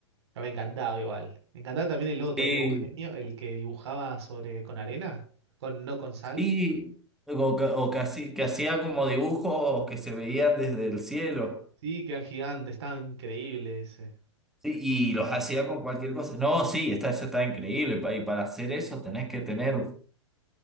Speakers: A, on the right; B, in the centre.
A: Pero me encantaba igual. Me encantaba también el otro,
B: Sí,
A: que era un genio, el que dibujaba sobre con arena, con no con sal.
B: sí, o, ca- o casi, que hacía como dibujos que se veían desde el cielo,
A: Sí, que eran gigantes, estaba increíble ese.
B: sí, y los hacía con cualquier cosa. No, sí, está, eso está increíble, pa- y para hacer eso tenés que tener,